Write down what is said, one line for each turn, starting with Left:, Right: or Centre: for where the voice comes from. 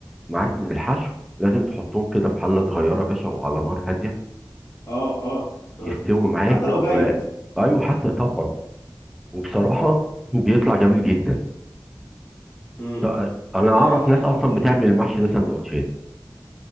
Centre: معاك من الحشو لازم تحطهم كده في حلة صغيرة يا باشا وعلى نار هادية
Left: اه اه اه
Centre: يستوي معاك
Left: حتى لو
Centre: و
Left: بايت
Centre: أيوه حتى طبعا وبصراحة بيطلع جميل جدا
Left: امم
Centre: ط- أنا أعرف
Left: انا
Centre: ناس أصلا
Left: مش
Centre: بتعمل
Left: عارف
Centre: المحشي ده سندوتشات